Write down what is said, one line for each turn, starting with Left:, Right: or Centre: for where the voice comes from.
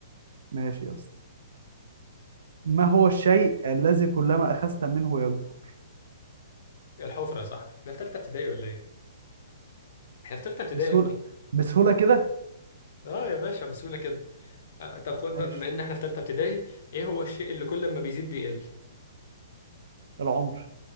Right: ماشي يا اسطى ما هو الشيء الذي كلما اخذت منه يكبر
Left: الحفره يا صاحبي احنا في ثالثه ابتدائي ولا ايه احنا في ثالثه ابتدائي
Right: بسهوله
Left: يا ابني
Right: بسهوله كده
Left: اه يا باشا بسهوله كده آه طب خد
Right: ماشي
Left: بقى بما ان احنا في ثالثه ابتدائي ايه هو الشيء اللي كل ما بيزيد بيقل
Right: العمر